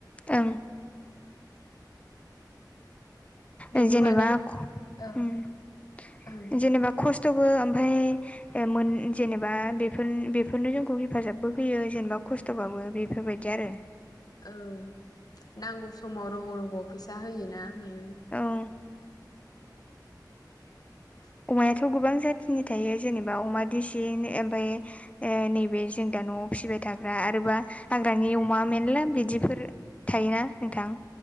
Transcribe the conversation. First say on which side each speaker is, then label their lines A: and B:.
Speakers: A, on the left (about 15°); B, on the left (about 55°).
A: ओं
B: बेबो
A: ओ जेनेबा
B: माने ओं
A: उम
B: ओं
A: जेनेबा खस्थ'बो ओमफाय ऐ‌‌ मोन जेनेबा बेफोर बेफोरनो जोंखौ हेफाजाबबो होयो जेनेबा खस्थ' थ'बाबो बेफोरबायदि आरो
B: औ नांगौ समाव रग' रग' फैसा होयोना मोनो
A: औ
B: <unintelligible>
A: अमायाथ' गोबां जाथिनि थायो जेनेबा अमा दिेसि ओमफाय ए नैबे जों दा न'आव फिसिबाय थाग्रा आरोबा हाग्रानि अमा मेरला बिदिफोर थायोना नोंथां?